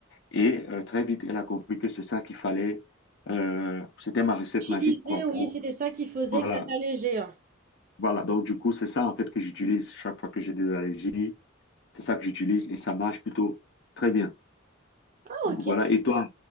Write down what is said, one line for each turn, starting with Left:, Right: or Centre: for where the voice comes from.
Left: Et euh, très vite, elle a compris que c'est ça qu'il fallait. euh, c'était ma recette
Right: Utilisé,
Left: magique, quoi,
Right: oui,
Left: pour,
Right: c'était ça qui faisait
Left: voilà,
Right: que ça t'allégeait. hein.
Left: voilà, donc du coup, c'est ça en fait que j'utilise chaque fois que j'ai des allergies. C'est ça que j'utilise et ça marche plutôt très bien.
Right: Ah
Left: Donc
Right: ok, très
Left: voilà, et
Right: bien.
Left: toi,